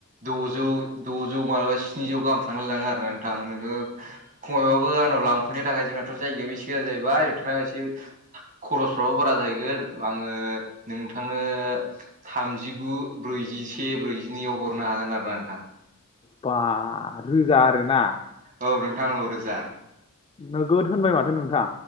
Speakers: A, on the right (about 35°); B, on the left (about 25°).
A: द'जौ द'जौ मालाबा स्निजौ गाहाम थांलाय लाङो आरोना नोंथां नोङो खमायबाबो आनाव लांफैनो थाखाय जोंनाथ' जायगायायावो एसे गोजां जाहैबाय नोंथां एसे खरसफ्राबो बारा जाहैगोन आङो नोंथांनो थामजिगु ब्रैजिसे ब्रैजिनैआव हरनो हागोन आरो ना नोंथां
B: बा रोजा आरोना
A: औ नोंथां औ रोजा
B: नोगोद होनबाय माथो नोंथां